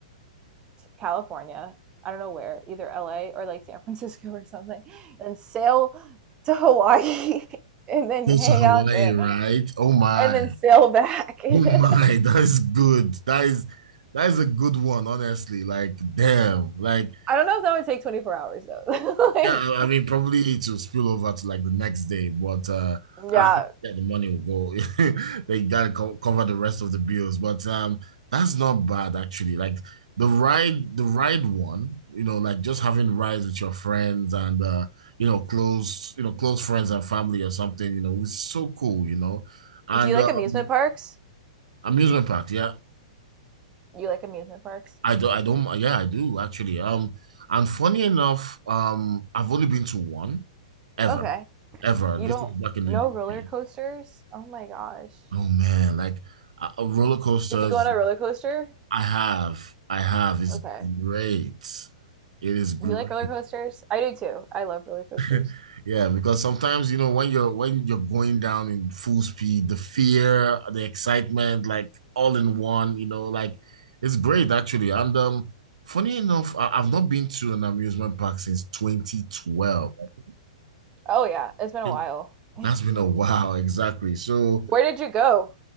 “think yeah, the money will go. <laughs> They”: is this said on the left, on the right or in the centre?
Right